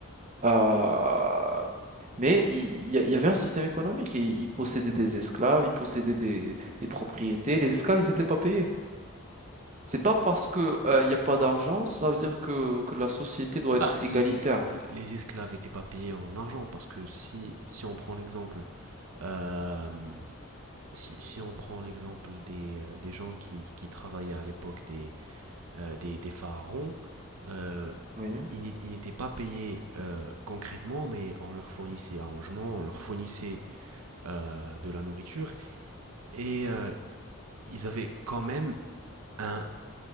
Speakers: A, on the right; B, on the right.
A: euh, Mais il il y, a- il y avait un système économique. Ils ils possédaient des esclaves, ils possédaient des, des propriétés. Les esclaves, ils n'étaient pas payés. C'est pas parce que, euh, il n'y a pas d'argent, ça veut dire que, que la société doit
B: Bah,
A: être égalitaire.
B: les, les esclaves n'étaient pas payés en argent parce que si, si on prend l'exemple euh, si, si on prend l'exemple des, euh, des gens qui, qui travaillaient à l'époque des, euh, des, des pharaons, euh,
A: Oui.
B: ils n'é- ils n'étaient pas payés euh, concrètement, mais on leur fournissait un logement, on leur fournissait euh, de la nourriture, et euh, ils avaient quand même un,